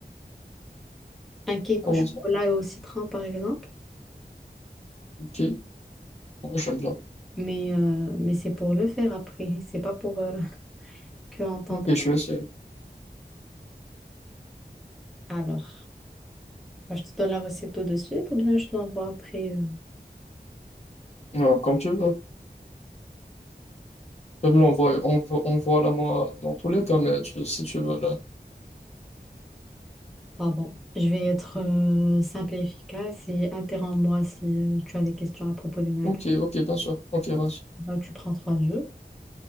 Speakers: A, in the centre; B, on the left.
A: Un cake
B: comment
A: au chocolat
B: ça?
A: et au citron, par exemple.
B: Ok, ouais, j'aime bien.
A: Mais, euh, mais c'est pour le faire après, c'est pas pour euh, <laughs> que entendre.
B: Ok, je vais essayer.
A: Alors. Bah, je te donne la recette tout de suite ou bien je te l'envoie après. euh.
B: Euh, comme tu veux. Je là, on voit, on voit, la moi dans tous les cas, mais tu- si tu veux là.
A: Bah bon, je vais être euh, simple et efficace et interromps-moi si euh, tu as des questions à propos des magrets.
B: Ok, ok, bien sûr. Ok, vas-y.
A: Bah, tu prends trois œufs,